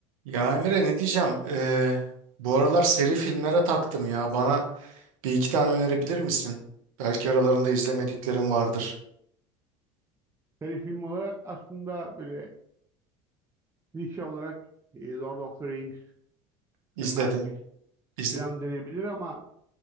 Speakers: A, on the right; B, on the right.
A: Ya Emre ne diyeceğim? Ee, bu aralar seri filmlere taktım ya. Bana bir iki tane önerebilir misin? Belki aralarında izlemediklerim vardır.
B: Seri film olarak aslında böyle klişe olarak e, Lord of the Rings,
A: İzledim.
B: The Matrix
A: İzledim.
B: falan denebilir ama